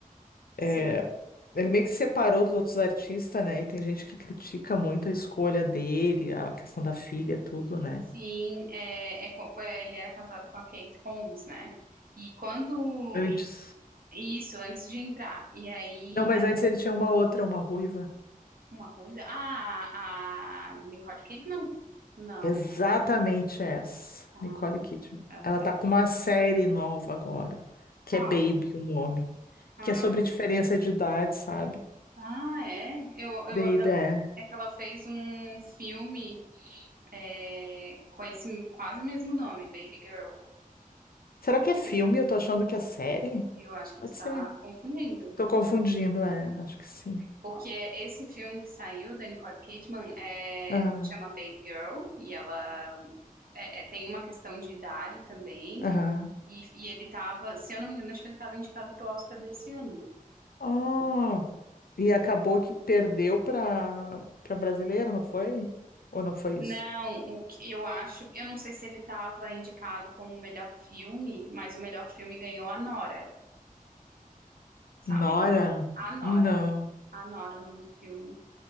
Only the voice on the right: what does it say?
Sim,
sim. É, é, co- foi, ele era casado com a Kate Holmes, né? E quando.
e- Isso, antes de entrar. E aí,
ela,
uma ruiva. Ah, a Nicole Kidman? Não.
Ah,
aham.
Qual?
Ah,
Ah, é? Eu, eu,
é que ela fez um filme é, com esse quase mesmo nome, Baby Girl.
Tu
viu?
Eu acho que
tu tá
confundindo.
Porque esse filme que saiu da Nicole Kidman é,
chama Baby Girl e ela é, é, tem uma questão de idade também.
E, e ele tava, se eu não me engano, acho que ele tava indicado pro Oscar desse ano.
Não, o que eu acho, eu não sei se ele estava indicado como o melhor filme, mas o melhor filme ganhou a Nora, sabe?
A Nora,
a Nora, é o nome do filme.